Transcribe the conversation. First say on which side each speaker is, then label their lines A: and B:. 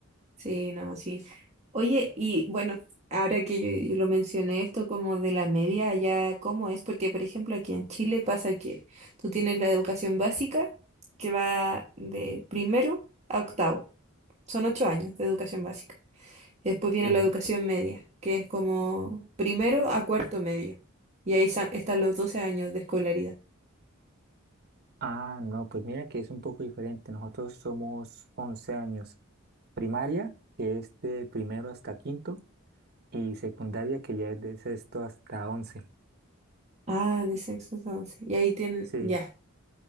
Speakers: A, on the right (about 35°); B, on the right (about 50°).
A: Sí, no, sí. Oye, y bueno, ahora que yo, yo lo mencioné esto como de la media, allá cómo es, porque por ejemplo aquí en Chile pasa que tú tienes la educación básica que va de primero a octavo, son ocho años de educación básica. Y Después viene
B: Sí.
A: la educación media, que es como primero a cuarto medio. Y ahí sa- están los doce años de escolaridad.
B: Ah, no, pues mira que es un poco diferente. Nosotros somos 11 años. Primaria, que es de primero hasta quinto, y secundaria, que ya es de sexto hasta once.
A: Ah, de sexto a once. Y ahí tienen,
B: Sí,
A: ya,